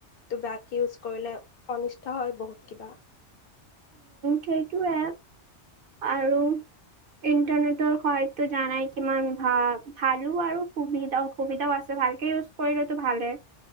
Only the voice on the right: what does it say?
সেইটোৱে আৰু ইণ্টাৰনেটৰ সহায়তো জানাই কিমান ভাল ভালো আৰু সুবিধাও সুবিধাও আছে ভালকে ইউজ কৰিলেতো ভালে।